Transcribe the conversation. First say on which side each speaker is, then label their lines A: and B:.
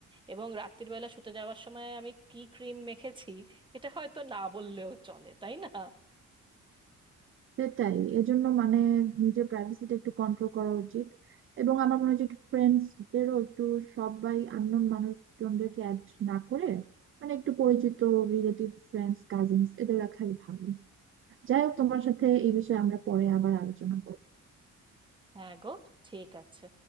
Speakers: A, on the right; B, on the right.
A: এবং রাত্রির বেলা শুতে যাওয়ার সময় আমি কি ক্রিম মেখেছি এটা হয়তো না বললেও চলে তাই না
B: সেটাই এজন্য মানে নিজের প্রাইভেসিটা একটু কন্ট্রোল করা উচিত এবং আমার মনে হচ্ছে একটু ফ্রেন্ডসদেরও একটু সবাই আননোন মানুষজনদেরকে অ্যাড না করে মানে একটু পরিচিত রিলেটিভ ফ্রেন্ডস কাজিনস এদের রাখাই ভালো যাই হোক তোমার সাথে এই বিষয়ে আমরা পরে আবার আলোচনা করবো
A: হ্যাঁ গো ঠিক আছে